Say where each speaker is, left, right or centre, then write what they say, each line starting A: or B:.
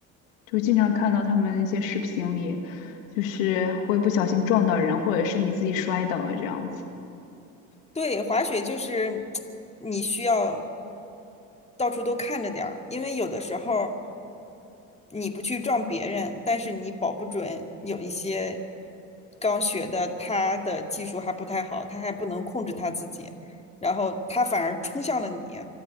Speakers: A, on the left; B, on the left.
A: 就经常看到他们一些视频里，就是会不小心撞到人，或者是你自己摔倒了这样子。
B: 对，滑雪就是你需要到处都看着点儿，因为有的时候。你不去撞别人，但是你保不准有一些刚学的，他的技术还不太好，他还不能控制他自己，然后他反而冲向了你，